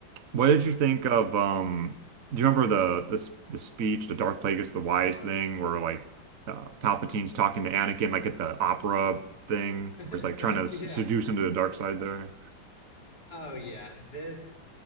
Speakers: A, on the right; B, on the left.
A: What did you think of um do you remember the the s- the speech, the Darth Plagueis the Wise thing, where like uh, Palpatine's talking to Anakin like at the opera thing,
B: <laughs>
A: where he's like
B: Yeah,
A: trying to s-
B: yeah.
A: seduce him to the dark side there?
B: Oh yeah, this